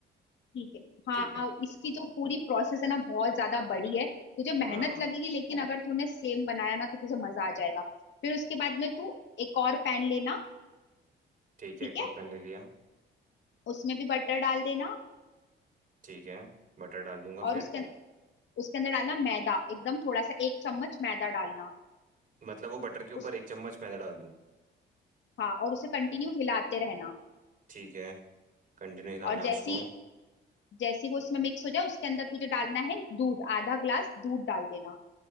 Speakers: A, on the left; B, on the right.
A: ठीक है हाँ
B: ठीक है
A: इसकी जो पूरी प्रोसेस है ना बहुत ज्यादा बड़ी है तुझे
B: हाँ
A: मेहनत लगेगी लेकिन अगर तूने सेम बनाया ना तो तुझे मजा आ जाएगा फिर उसके बाद में तू एक और पैन लेना
B: ठीक है
A: ठीक
B: एक और
A: है
B: पैन ले लिया
A: उसमें भी बटर डाल देना
B: ठीक है बटर डाल दूंगा
A: और
B: फिर
A: उसके अं-, उसके अंदर डालना मैदा एकदम थोड़ा सा एक चम्मच मैदा डालना
B: मतलब वो बटर के ऊपर
A: उस
B: एक चम्मच मैदा डाल दूं
A: हाँ और उसे कंटिन्यू हिलाते रहना
B: ठीक है कंटिन्यू हिलाना
A: और
B: है
A: जैसी
B: उसको
A: जैसी वो उसमें मिक्स हो जाए उसके अंदर तुझे डालना है दूध आधा ग्लास दूध डाल देना